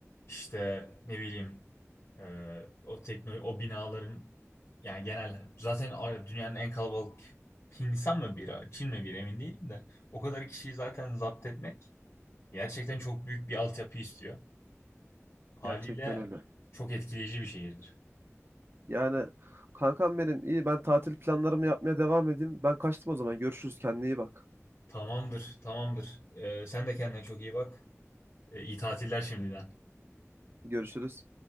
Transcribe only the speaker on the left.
işte ne bileyim e, o teknoloji o binaların yani genel zaten a- dünyanın en kalabalık Hindistan mı biri, Çin mi biri emin değilim de o kadar kişiyi zaten zapt etmek gerçekten çok büyük bir altyapı istiyor. Haliyle
çok etkileyici bir şehirdir.
Tamamdır, tamamdır. Ee, sen de kendine çok iyi bak. Ee, iyi tatiller şimdiden.